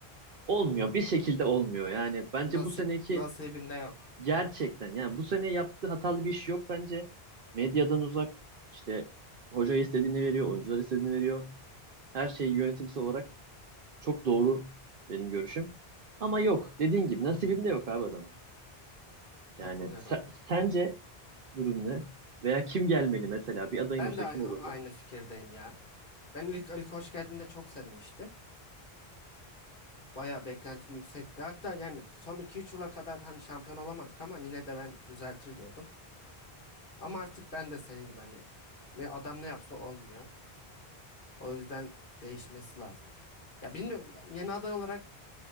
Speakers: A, on the right; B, on the left.
A: olmuyor. Bir şekilde olmuyor. Yani bence
B: Nasip
A: bu seneki
B: nasibinde yok.
A: gerçekten yani bu sene yaptığı hatalı bir iş yok bence. Medyadan uzak işte hoca istediğini veriyor, oyuncular istediğini veriyor. Her şey yönetimsel olarak çok doğru benim görüşüm. Ama yok. Dediğin gibi nasibinde yok abi adamın.
B: Katılıyorum.
A: Yani se- sence durum ne? Veya kim gelmeli mesela? Bir adayın
B: Ben
A: olsa
B: de a-
A: kim olurdu?
B: aynı fikirdeyim ya. Ben ilk Ali Koç geldiğinde çok sevinmiştim. Bayağı beklentim yüksekti. Hatta yani son iki üç yıla kadar hani şampiyon olamadık ama yine de ben düzeltir diyordum. Ama artık ben de senin gibi hani ne adam ne yapsa olmuyor. O yüzden değişmesi lazım. Ya bilmiyorum yeni aday olarak